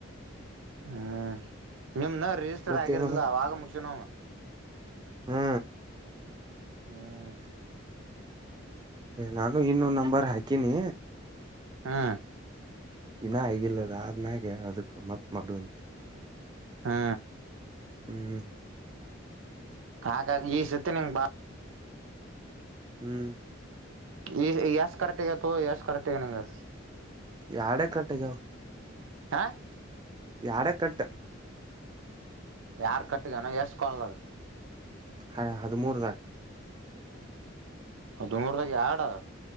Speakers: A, on the right; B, on the right.
A: ಹ್ಮ್ ನಿಮ್ನ ರಿಜಿಸ್ಟರ್
B: ಮತ್ತೇವಣ
A: ಆಗಿರ್ಲಿಲ್ಲ ಅವಗ ಮುಗಸನು
B: ಹಾ
A: ಹ್ಮ್
B: ನಾನು ಇನ್ನೊ ನಂಬರ್ ಹಾಕೀನಿ
A: ಹಾ
B: ಇನ್ನ ಹಗಿಲ್ಲದ ಆದ್ಮ್ಯಾಗೆ ಅದಕ್ ಮತ್ ಮಾಡುವಂತೆ
A: ಹಾ
B: ಹ್ಮ್
A: ಹಾಗಾಗಿ ಈ ಸತಿ ನಿಂಗ ಬಾ
B: ಹ್ಮ್
A: ಈ ಎಷ್ಟು ಕರೆಕ್ಟ್ಗತ್ತು ಎಷ್ಟ ಕರೆಕ್ಟ್ಗ ನಿಂಗೆ
B: ಯಾರ ಕಟ್ಟಿದ್ದು
A: ಹ
B: ಯಾಡೆ ಕಟ್ಟು
A: ಯಾರ್ ಕಟ್ಟಗನ ಎಷ್ಟಸ್ಕಳದ
B: ಹ ಹದಿಮೂರುದಕ
A: ದುಂಗೂರ್ದಾಗೆ ಏಡ್ ಆವ